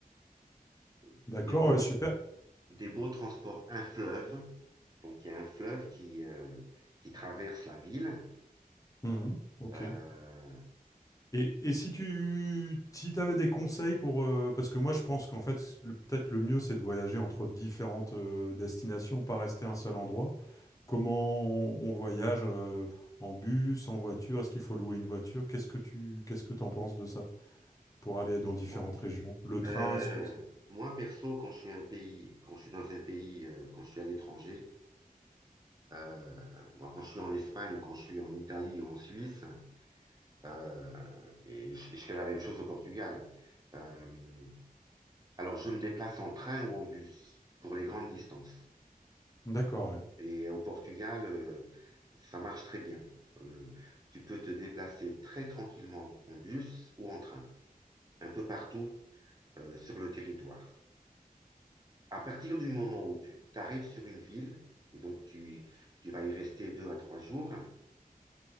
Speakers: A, on the right; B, on the left.
A: Des
B: D'accord,
A: beaux
B: ouais,
A: trucs.
B: super.
A: des beaux transports, un fleuve. Donc, il y a un fleuve qui, euh, qui traverse la ville.
B: Mhm, ok.
A: Euh,
B: Et, et si tu si t'avais des conseils pour... euh, parce que moi, je pense qu'en fait, le- peut-être le mieux, c'est de voyager entre différentes euh, destinations, pas rester à un seul endroit. Comment on, voyage euh, en bus, en voiture? Est-ce qu'il faut louer une voiture? Qu'est-ce que tu qu'est-ce que t'en penses de ça pour aller dans différentes
A: bon.
B: régions? Le train,
A: Euh,
B: est-ce que c'est...
A: moi, perso, quand je suis un pays, quand je suis dans un pays, euh, quand je suis à l'étranger, euh, moi, quand je suis en Espagne ou quand je suis en Italie ou en Suisse, euh, et je, je fais la même chose au Portugal. Euh, alors, je me déplace en train ou en bus pour les grandes distances.
B: D'accord, ouais.
A: Et au Portugal, euh, ça marche très bien. Euh, tu peux te déplacer très tranquillement en bus ou en train, un peu partout euh, sur le territoire. À partir du moment où tu arrives sur une ville, et donc tu, tu vas y rester deux à trois jours,